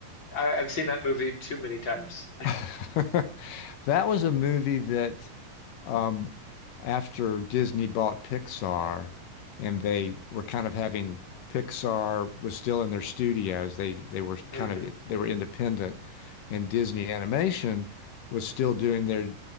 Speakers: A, on the left; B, on the left.
A: I, I've seen that movie too many times.
B: <laughs> That was a movie that, um, after Disney bought Pixar, and they were kind of having Pixar was still in their studios. They they were
A: <laughs> hmm
B: kind of they were independent, and Disney Animation was still doing their